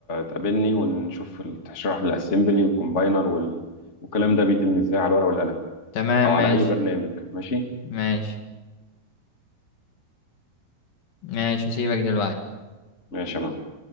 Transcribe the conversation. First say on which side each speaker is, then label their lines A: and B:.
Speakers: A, on the left; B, on the left.
A: تقابلني ونشوف ال- تشرح لي الاسمبلي والكومباينر وال... والكلام ده بيتم ازاي على الورقة والقلم
B: تمام
A: او على
B: ماشي
A: اي برنامج ماشي
B: ماشي ماشي هسيبك دلوقتي
A: ماشي يا معلم